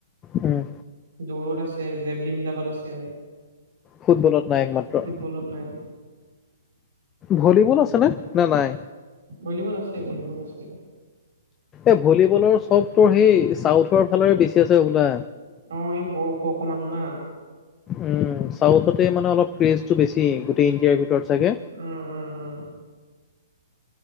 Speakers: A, on the left; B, on the right.
A: উম।
B: দৌৰত আছে জেভলিংডালত আছে।
A: ফুটবলত নাই একমাত্ৰ।
B: ফুটবলত নাই।
A: ভলীবল আছে নে নে নাই?
B: ভলীবল আছে ভলীবল আছে।
A: এই ভলীবলৰ চব তোৰ সেই চাউথৰ ফালৰে বেছি আছে হ'বলা।
B: অ', এই ব ওখ ওখ মানুহ না।
A: উম, চাউথতে মানে অলপ ক্ৰেজটো বেছি গোটেই ইণ্ডিয়াৰ ভিতৰত চাগে।
B: উম, উম, উম।